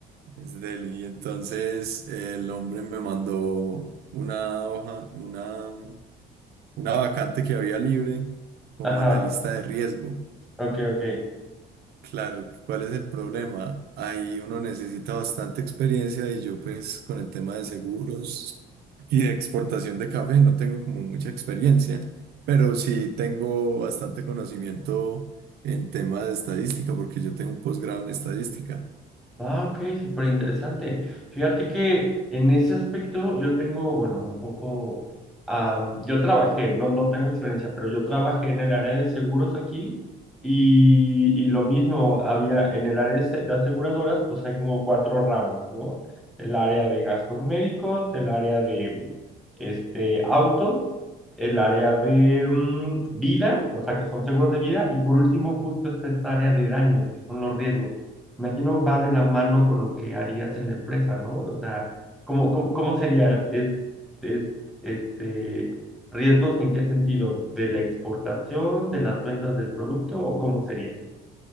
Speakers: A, on the right; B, in the centre.
A: es deli. Y entonces eh, el hombre me mandó una hoja, una, una vacante que había libre como
B: Ajá,
A: analista de riesgo.
B: ok, ok.
A: Claro, ¿cuál es el problema? Ahí uno necesita bastante experiencia y yo pues con el tema de seguros y de exportación de café no tengo como mucha experiencia, pero sí tengo bastante conocimiento en tema de estadística porque yo tengo un posgrado en estadística.
B: Ah, ok, súper interesante. Fíjate que en ese aspecto yo tengo, bueno, un poco, am, yo trabajé, no, no tengo experiencia, pero yo trabajé en el área de seguros aquí y, y lo mismo había en el área de se- de aseguradoras, pues hay como cuatro ramos, ¿no? El área de gastos médicos, el área de este, autos, el área de mm, vida, o sea, que son seguros de vida, y por último justo está esta área de daños, que son los riesgos. Imagino va de la mano con lo que harías en la empresa, ¿no? O sea, ¿cómo, cómo, cómo sería? ¿Es, es, este, riesgos en qué sentido? ¿De la exportación, de las ventas del producto o cómo sería?